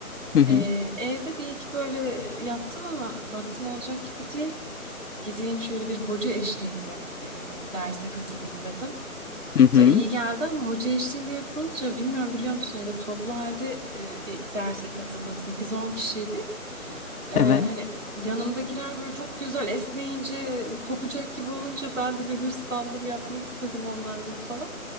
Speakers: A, on the left; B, on the right.
A: hı hı.
B: Ee, evde bir iki böyle yaptım ama baktım olacak gibi değil. Gideyim şöyle bir hoca eşliğinde e, derse katılayım dedim.
A: hı hı.
B: Bu da
A: hı.
B: iyi geldi ama hoca eşliğinde yapılınca bilmiyorum biliyor musun hani böyle toplu halde e, bir derse katıldım. Sekiz on kişiydik. Ee,
A: Evet.
B: hani yanımdakiler böyle çok güzel esneyince kopacak gibi olunca ben de bir hırslandım yapmak istedim onlar gibi falan.